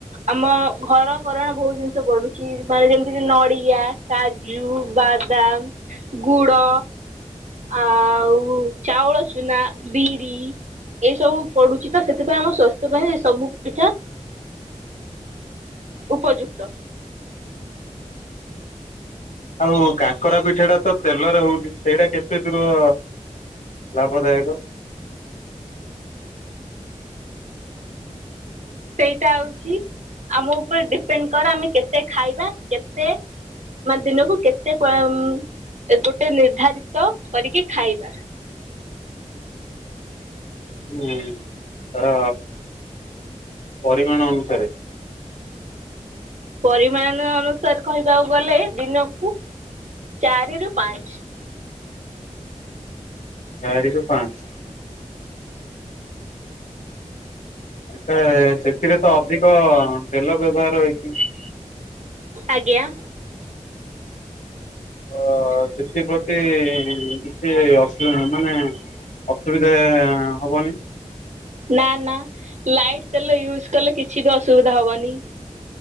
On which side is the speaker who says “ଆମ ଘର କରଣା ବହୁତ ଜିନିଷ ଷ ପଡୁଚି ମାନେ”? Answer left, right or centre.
Right